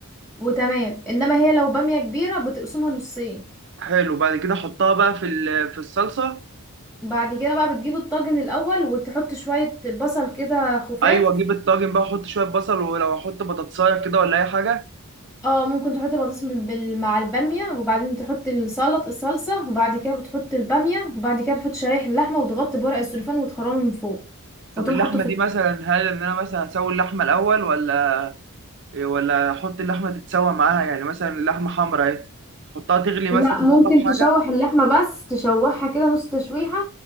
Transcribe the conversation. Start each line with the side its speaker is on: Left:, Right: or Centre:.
Centre: وتمام انما هي لو باميه كبيره بتقسمها نصين
Right: حلو بعد كده احطها بقى في ال- في الصلصه
Centre: بعد كده بقى بتجيب الطاجن الاول وتحط شويه بصل كده خفاف
Right: ايوه اجيب الطاجن بقى احط شويه بصل ولو احط بطاطسايه كده ولا اي حاجه
Centre: اه ممكن تحط البطاطس بال- بال- مع الباميه وبعدين تحط السلط الصلصه وبعد كده بتحط الباميه وبعد كده بتحط شرايح اللحمه وتغطي بورق السلوفان وتخرمه من فوق
Right: طب
Centre: وتقوم
Right: اللحمه
Centre: حاطه في
Right: دي مثلا هل ان انا مثلا اسوي اللحمه الاول ولا إيه، ولا احط اللحمه تتسوى معاها يعني مثلا اللحمه حمراء اهي احطها تغلي مثلا
Centre: لا
Right: في
Centre: ممكن
Right: المطبخ حاجه
Centre: تشوح اللحمة بس تشوحها كده نص تشويحة